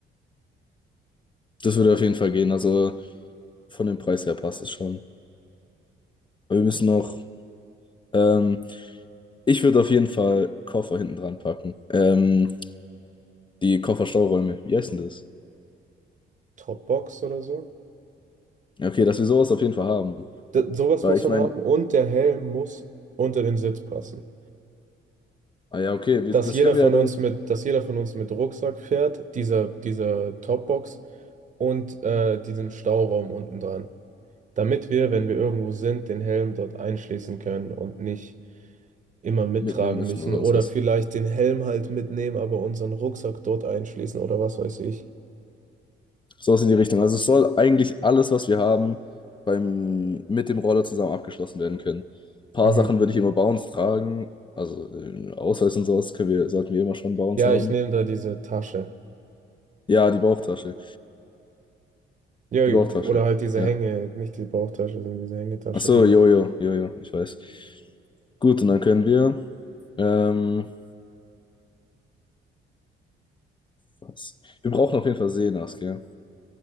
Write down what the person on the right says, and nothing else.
Dropbox oder so.
D sowas
muss
man
haben und der Helm muss unter den Sitz passen.
Dass
jeder
von
uns mit, dass jeder von uns mit Rucksack fährt, dieser, dieser Topbox und äh, diesem Stauraum unten dran. Damit wir, wenn wir irgendwo sind, den Helm dort einschließen können und nicht immer mittragen
müssen
oder
vielleicht den Helm halt mitnehmen, aber unseren Rucksack dort einschließen oder was weiß ich.
Mhm.
Ja,
ich nehme da diese Tasche.
Ja,
die- oder halt diese
Hänge, nicht die Bauchtasche, sondern diese Hängetasche,
die,